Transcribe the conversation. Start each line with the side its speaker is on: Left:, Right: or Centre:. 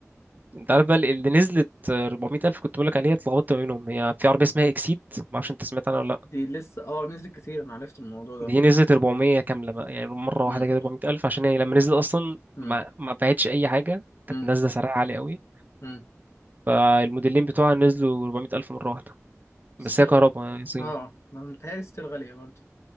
Right: انت عارف بقى اللي نزلت 400 الف كنت بقول لك عليها اتلخبطت ما بينهم هي في عربيه اسمها اكسيد ما اعرفش انت سمعت عنها ولا لا
Left: دي لسه اه نزلت كتير انا عرفت الموضوع ده
Right: دي نزلت 400 كامله بقى يعني مره
Left: امم
Right: واحده كده 400 الف عشان هي لما نزلت اصلا
Left: امم
Right: ما ما باعتش اي حاجه كانت
Left: امم
Right: نازله سعرها عالي قوي
Left: امم
Right: فالموديلين بتوعها نزلوا 400 الف مره واحده
Left: ستيل
Right: بس هي كهرباء
Left: غ...
Right: يعني صيني
Left: اه ما متهيألي ستيل غاليه برضه